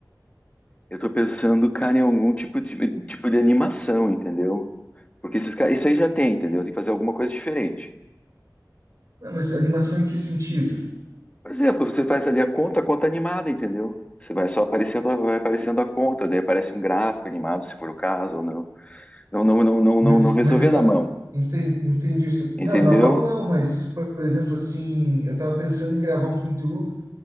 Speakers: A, on the left; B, on the right.
A: Eu tô pensando, cara, em algum tipo de, tipo de animação, entendeu? Porque esses caras, isso aí já tem, entendeu? Tem que fazer alguma coisa diferente.
B: Não, mas animação em que sentido?
A: Por exemplo, você faz ali a conta, a conta animada, entendeu? Você vai só aparecendo, vai aparecendo a conta, daí aparece um gráfico animado, se for o caso, ou não. Não, não, não, não,
B: Mas,
A: não, não resolver
B: mas você tá.
A: na mão.
B: Entendi, entendi isso.
A: Entendeu?
B: Não, na mão não, mas, por exemplo, assim, eu tava pensando em gravar um conteúdo